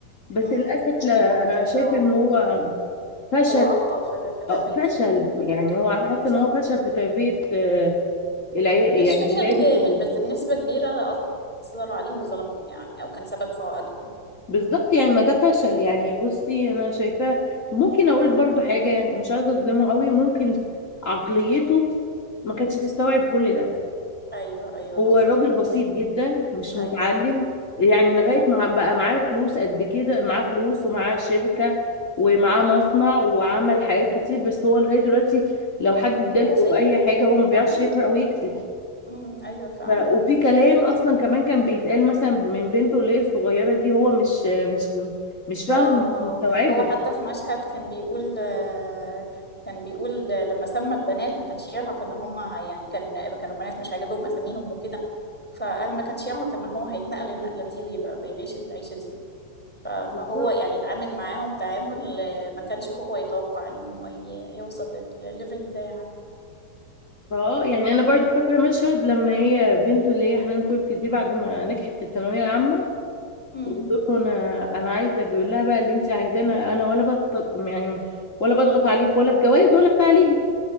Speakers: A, on the left; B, in the centre.
A: بس
B: امم
A: للأسف
B: دي
A: لا
B: كانت
A: أنا
B: اه
A: شايفة إن هو فشل
B: هو اخطأ في في تربية
A: آه، فشل يعني
B: وليد
A: هو حاسس
B: صح
A: ان هو فشل في تربية آه، العيال
B: مش
A: يعني
B: فشل
A: ولاده
B: كامل
A: كلهم
B: بس بنسبة كبيرة أثر عليهم وظلمهم يعني أو كان سبب في عقدهم
A: بالظبط يعني ما ده فشل
B: امم
A: يعني بصي انا شايفاه ممكن اقول برضو حاجة يعني مش عايزة اظلمه قوي ممكن عقليته ما كانتش تستوعب كل ده
B: أيوه أيوه
A: هو
B: بالظبط
A: راجل بسيط جدا مش متعلم
B: أيوه
A: يعني لغاية
B: فعلا
A: ما بقى معاه فلوس قد كده معاه فلوس ومعاه شركة ومعاه مصنع وعمل حاجات كتير بس هو لغاية دلوقتي لو حد اداله
B: هو بسيط
A: اي حاجة هو ما بيعرفش
B: اه
A: يقرأ ويكتب
B: امم امم أيوه فعلا
A: ف... وفي كلام اصلا كمان كان بيتقال مثلا من بنته اللي هي الصغيره دي هو مش مش مش فاهمه
B: اه
A: ومش
B: اه
A: مستوعبه
B: هو حتى في مشهد كان بيقول آه، كان بيقول آه، لما سمى البنات ما كانش يعرف ان هم هي- يعني كان كانوا البنات مش عاجبهم اساميهم وكده فقال ما كانش يعرف ان هو هيتنقل النقلة دي ويبقى بيعيش العيشة دي ف- فهو
A: بالظبط
B: يعني اتعامل معاهم تعامل آه، ما كانش هو يتوقع ان هو ي- يوصل لل- للليفل ده يعني
A: اه يعني انا برضو فاكره مشهد لما هي بنته اللي هي حنان تركي دي بعد ما نجحت في الثانويه العامه
B: امم
A: وبتقول له انا انا عايزه بيقول لها بقى اللي انت عايزاه انا ولا بضغط يعني ولا بضغط عليك ولا في جواز ولا في تعليم